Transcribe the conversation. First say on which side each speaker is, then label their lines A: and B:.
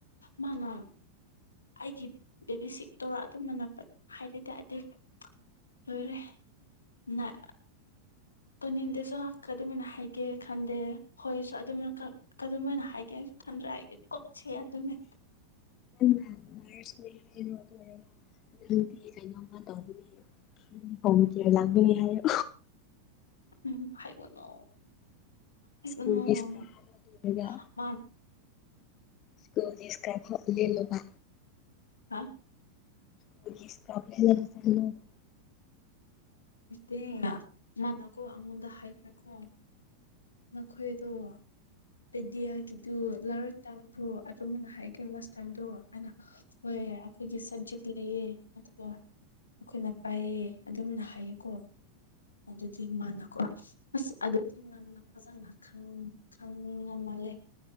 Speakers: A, on the left; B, on the left.
A: ꯃꯅꯥ ꯑꯩꯒꯤ ꯕꯦꯕꯤ ꯁꯤꯛ ꯇꯧꯔ ꯑꯗꯨꯝꯕꯅꯄꯠ ꯍꯥꯏꯔ ꯇ ꯑꯗꯤ ꯂꯣꯏꯔꯦ ꯅꯑ ꯇꯣꯅꯤꯟꯗꯁꯨ ꯀ ꯑꯗꯨꯃꯥꯏꯅ ꯍꯥꯏꯒꯦ ꯈꯟꯗꯦ ꯍꯣꯏꯁꯨ ꯑꯗꯨꯝꯅ ꯈꯪ ꯀꯗꯨꯃꯥꯏꯅ ꯍꯥꯏꯒꯦ ꯈꯟꯗ꯭ꯔꯦ ꯑꯩꯗꯤ ꯀꯣꯛꯁꯦ ꯑꯗꯨꯅꯦ
B: <inaudible> ꯅꯪꯅ ꯅꯔꯁꯅꯦ ꯍꯥꯏꯅꯣ ꯑꯗꯨ ꯑꯣꯏꯔꯒ ꯅꯪꯗꯤ ꯀꯩꯅꯣꯝꯃ ꯇꯧꯅꯤ <unintelligible> <unintelligible> ꯂꯥꯛꯕ ꯂꯩ ꯍꯥꯏꯔꯞ
A: ꯎꯝ ꯍꯥꯏꯒꯅꯣ ꯍꯥꯏꯒꯅꯣ
B: ꯁ꯭ꯀꯨꯜꯒꯤ ꯁ꯭ꯀ꯭ꯔꯕ ꯍꯥꯞꯄꯣ ꯑꯗꯨ ꯑꯣꯏꯔꯒ
A: ꯍꯥ ꯃꯥ
B: <unintelligible> ꯂꯦꯂꯥꯕ
A: ꯍꯥ
B: <unintelligible>
A: ꯏꯁꯇꯦ ꯃꯥꯅꯀꯣ ꯑꯩꯉꯣꯟꯗ ꯍꯥꯏꯈ꯭ꯔꯥꯀꯣ ꯅꯈꯣꯏꯗꯣ ꯄꯤꯗꯤꯌ ꯒꯤꯗꯨ ꯂꯥꯔ ꯇꯥꯕ꯭ꯔꯣ ꯑꯗꯨꯝꯃꯅ ꯍꯥꯏꯒꯦ ꯂꯥꯁ ꯇꯥꯏꯝꯗꯣ ꯑꯅ ꯍꯣꯏ ꯑꯩꯈꯣꯏꯒꯤ ꯁꯕꯖꯦꯛ ꯂꯩꯌꯦ ꯑꯗꯨꯒ ꯑꯩꯈꯣꯏꯅ ꯄꯥꯏꯌꯦ ꯑꯗꯨꯝꯅ ꯍꯥꯏꯌꯦꯀꯣ ꯑꯗꯨꯗꯒꯤ ꯃꯥꯅꯀꯣ ꯑꯁ ꯑꯗꯨꯗꯤ ꯃꯥꯅ ꯐꯖꯅ ꯈꯪ ꯈꯪꯉ ꯃꯥꯜꯂꯦ